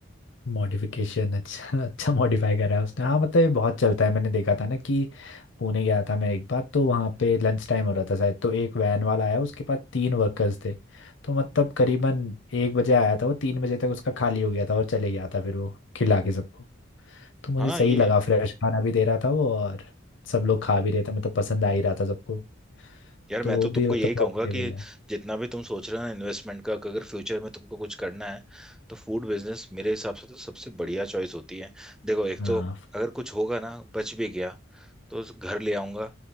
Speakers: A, on the left; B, in the centre.
A: मॉडिफिकेशन <laughs> अच्छा अच्छा मॉडिफाई करा है उसने हाँ मतलब ये बहुत चलता है मैंने देखा था ना कि पुणे गया था मैं एक बार तो वहाँ पे लंच टाइम हो रहा था शायद तो एक वैन वाला आया उसके पास तीन वर्कर्स थे तो मतलब करीबन एक बजे आया था वो तीन बजे तक उसका खाली हो गया था और चले गया था फिर वो खिला के सबको तो मुझे
B: हाँ
A: सही
B: ये
A: लगा फ्रेश खाना भी दे रहा था वो और सब लोग खा भी रहे थे मतलब पसंद आ ही रहा था सबको
B: यार मैं
A: तो वो
B: तो
A: भी
B: तुमको
A: मतलब
B: यही
A: प्रॉफिटेबल
B: कहूंगा कि
A: है
B: जितना भी तुम सोच रहे हो ना इन्वेस्टमेंट का कि अगर फ्यूचर में तुमको कुछ करना है तो फूड बिजनेस मेरे हिसाब से तो सबसे बढ़िया चॉइस होती है देखो एक
A: हाँ
B: तो अगर कुछ होगा ना बच भी गया तो उस घर ले आऊंगा